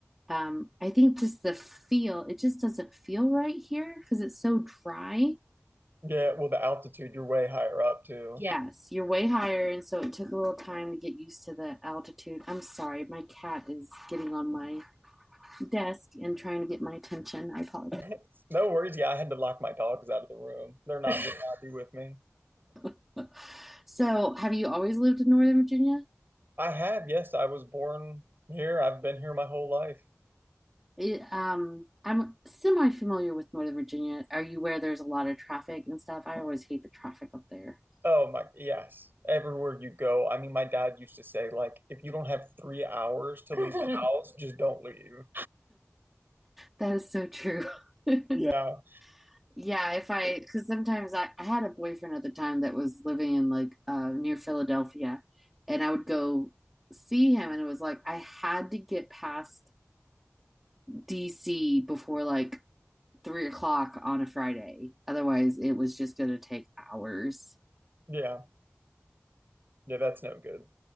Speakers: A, in the centre; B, on the right.
A: um, I think just the feel, it just doesn't feel right here because it's so dry.
B: Yeah, well, the altitude, you're way higher up too. Yeah.
A: Yes, you're way higher, and so it took a little time to get used to the altitude. I'm sorry, my cat is getting on my desk and trying to get my attention. I apologize.
B: <laughs> No worries. Yeah, I had to lock my dogs out of the room. They're not very <laughs> happy with me.
A: <laughs> so, have you always lived in Northern Virginia?
B: I have, yes, I was born here. I've been here my whole life.
A: It, um, I'm semi familiar with Northern Virginia. Are you where there's a lot of traffic and stuff? I always hate the traffic up there.
B: Oh my, yes. Everywhere you go. I mean, my dad used to say, like, if you don't have three hours to leave the <laughs> house, just don't leave.
A: That is so true. <laughs> yeah
B: Yeah,
A: yeah, if I, because sometimes I, I had a boyfriend at the time that was living in like uh, near Philadelphia, and I would go see him, and it was like I had to get past DC before like three o'clock on a Friday. Otherwise, it was just going to take hours.
B: yeah, yeah, that's no good.